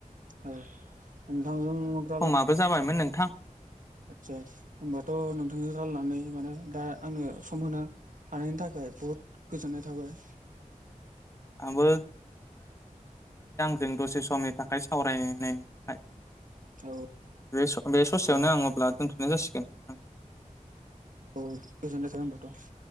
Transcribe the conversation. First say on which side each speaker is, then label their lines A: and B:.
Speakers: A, on the right (about 70°); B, on the left (about 20°).
A: ओ नोंथांजों रालाय
B: ओमफ्राय जाबायमोन नोंथां।
A: आदसा होबाथ' नोंथांजों रायलायनानै माने दा आंनो सम मोनो। हानायनि थाखाय बहुद गोजोननाय थाबाय।
B: आंबो जों दसे समनि थाखाय सावरायनायनि थाखाय।
A: औ
B: बे बे ससेयावनो
A: औ
B: आं अब्ला दोनथ'नाय जासिगोन नोंथां।
A: औ गोजोन्नाय थाबाय होनबाथ'।